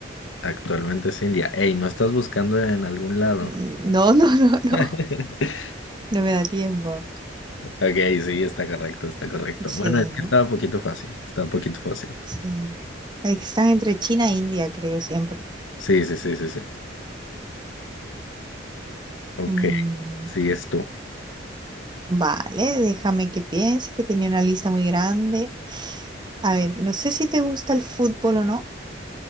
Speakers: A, on the left (about 80°); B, on the right (about 25°).
A: Actualmente es India. Ey, ¿no estás buscando en algún lado?
B: Mm, No, <laughs> no, no, no,
A: <laughs>
B: no me da tiempo.
A: Ok, sí, está correcto, está correcto.
B: Sí,
A: Bueno, es que
B: ¿no?
A: estaba un poquito fácil, estaba un poquito fácil.
B: Sí. Es que Están entre China e India, creo, siempre.
A: Sí, sí, sí, sí, sí. Ok,
B: Mm,
A: sí, es tú.
B: vale, déjame que piense, que tenía una lista muy grande. A ver, no sé si te gusta el fútbol o no,